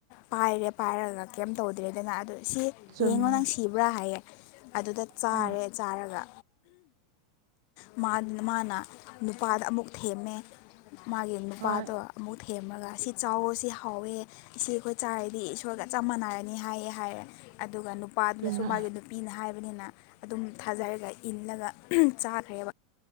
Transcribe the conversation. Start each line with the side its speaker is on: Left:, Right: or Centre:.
Left: ꯄꯥꯏꯔꯦ ꯄꯥꯏꯔꯒ ꯀꯩꯝ ꯇꯧꯗ꯭ꯔꯦꯗꯅ ꯑꯗꯨ ꯁꯤ
Right: ꯆꯨꯝꯃꯦ
Left: ꯌꯦꯡꯉꯣ ꯅꯪ ꯁꯤꯕ꯭ꯔꯥ ꯍꯥꯏꯌꯦ ꯑꯗꯨꯗ ꯆꯥꯔꯦ
Right: ꯑ
Left: ꯆꯥꯔꯒ ꯃꯥꯅ ꯅꯨꯄꯥꯗ ꯑꯃꯨꯛ ꯊꯦꯝꯃꯦ ꯃꯥꯒꯤ ꯅꯨꯄꯥꯗꯣ
Right: ꯍꯣꯏ
Left: ꯑꯃꯨꯛ ꯊꯦꯝꯃꯒ ꯑꯁꯤ ꯆꯥꯎ ꯁꯤ ꯍꯥꯎꯋꯦ ꯑꯁꯤ ꯑꯩꯈꯣꯏ ꯆꯥꯔꯗꯤ ꯏꯁꯣꯔꯒ ꯆꯞ ꯃꯥꯟꯅꯔꯅꯤ ꯍꯥꯏꯌꯦ ꯍꯥꯏꯔꯦ ꯑꯗꯨꯒ ꯅꯨꯄꯥꯗꯨꯅꯁꯨ
Right: ꯆꯨꯝꯃꯦ
Left: ꯃꯥꯒꯤ ꯅꯨꯄꯤꯅ ꯍꯥꯏꯕꯅꯤꯅ ꯑꯗꯨꯝ ꯊꯥꯖꯔꯒ ꯏꯜꯂꯒ ꯆꯥꯈ꯭ꯔꯦꯕ